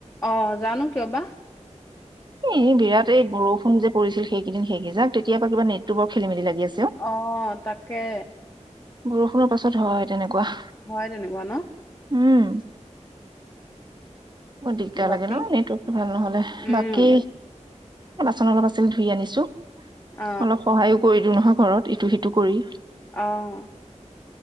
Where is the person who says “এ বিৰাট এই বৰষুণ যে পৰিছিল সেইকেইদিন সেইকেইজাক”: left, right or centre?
Right